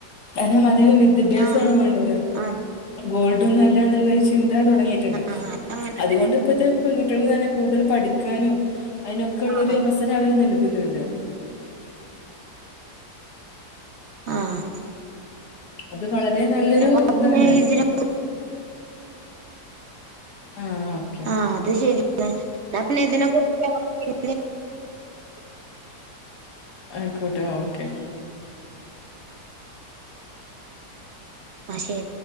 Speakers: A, on the left; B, on the right.
A: കാരണം മ ആധികം വിദ്യഭ്യാസാണ്
B: ആഹ്
A: വെണ്ടത്
B: ആഹ്
A: ഗോൾഡൊന്നൊല്ലന്നുള്ള ചിന് ദാ തൊടങ്ങീട്ടുണ്ട്
B: ആഹ് അങ്ങനെ
A: അതുകൊണ്ട്
B: തന്നെ
A: ഇപ്പത്തെ പെൺകുട്ടൃളു തന്നെ കൂടുതൽ പഠിക്കാനും അയിന് കൊള്ളൊരു
B: ആഹ്
A: അവസരം അവര് നൽകുന്നുണ്ട്
B: ആഹ്
A: അത് വളരെ നല്ലൊരു
B: എന്നാ
A: ഇതാണ്
B: പിന്നെ ഇതിനെ
A: ആ ഓക്കെ
B: ആഹ് അത് ശരിയാണ് എന്നാ പിന്നെ ഇതിനെ കുറിച്ചൊക്കെ അവർക്ക്
A: ആയിക്കോട്ടെ ഓക്കെ
B: ആഹ് ശരി